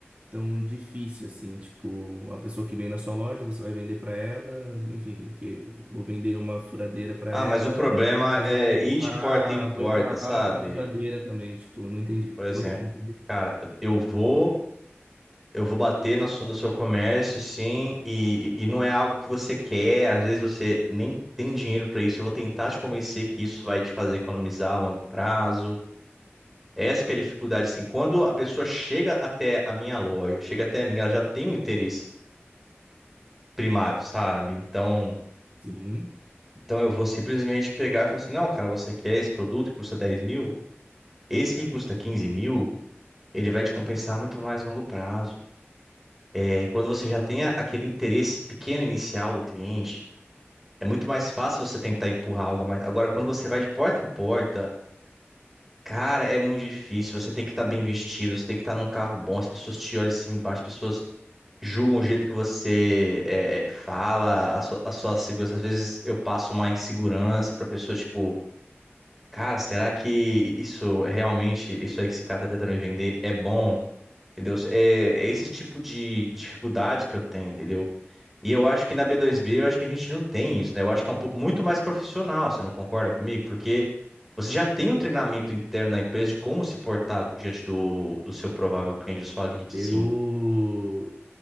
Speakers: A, on the right; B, in the centre.
A: tão difícil assim, tipo, uma pessoa que vem na sua loja, você vai vender pra ela, enfim, o quê? Vou vender uma furadeira pra
B: Ah,
A: ela,
B: mas o problema
A: mas
B: é
A: eu vou empurrar,
B: ir de porta em porta,
A: vou empurrar
B: sabe?
A: uma parafusadeira também, tipo, não entendi.
B: Por exemplo,
A: Oi? Não entendi.
B: eu vou, eu vou bater na sua- no seu comércio, sim, e, e e não é algo que você quer. Às vezes você nem tem dinheiro para isso. Eu vou tentar te convencer que isso vai te fazer economizar a longo prazo. Essa que é a dificuldade, assim. Quando a pessoa chega até a minha loja, chega até a minha, ela já tem um interesse primário, sabe? Então,
A: Sim.
B: então eu vou simplesmente pegar e falar assim, não, cara, você quer esse produto que custa 10 mil? Esse que custa 15 mil, ele vai te compensar muito mais a longo prazo. É, quando você já tem a- aquele interesse pequeno inicial do cliente, é muito mais fácil você tentar empurrar algo a mais. Agora, quando você vai de porta em porta, cara, é muito difícil. Você tem que estar bem vestido, você tem que estar num carro bom, as pessoas te olham de cima e embaixo, as pessoas julgam o jeito que você é, é, fala, a sua, a sua segurança. Às vezes eu passo uma insegurança pra pessoa, tipo, cara, será que isso é realmente, isso aí que esse cara tá tentando me vender é bom? Entendeu? É, é esse tipo de dificuldade que eu tenho, entendeu? E eu acho que na B2B, eu acho que a gente não tem isso, né? Eu acho que é um pouco muito mais profissional, você não concorda comigo? Porque você já tem um treinamento interno da empresa de como se portar diante do, do seu provável cliente, da sua lead,
A: Eu
B: sim.